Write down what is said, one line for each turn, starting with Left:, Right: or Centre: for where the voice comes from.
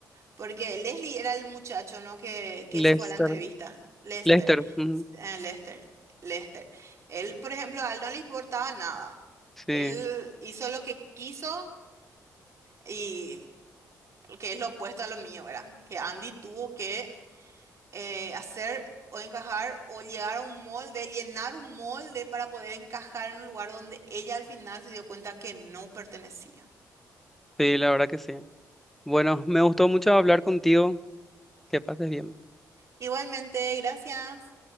Right: Porque Leslie era el muchacho, ¿no? Que, que
Centre: Lester,
Right: se fue a la entrevista. Lester.
Centre: Lester, ujú.
Right: eh, Lester. Lester. Él, por ejemplo, a él no le importaba nada.
Centre: Sí,
Right: Él hizo lo que quiso y que es lo opuesto a lo mío, ¿verdad? Que Andy tuvo que eh, hacer o encajar o llegar a un molde, llenar un molde para poder encajar en un lugar donde ella al final se dio cuenta que no pertenecía.
Centre: sí, la verdad que sí. Bueno, me gustó mucho hablar contigo. Que pases bien.
Right: Igualmente, gracias.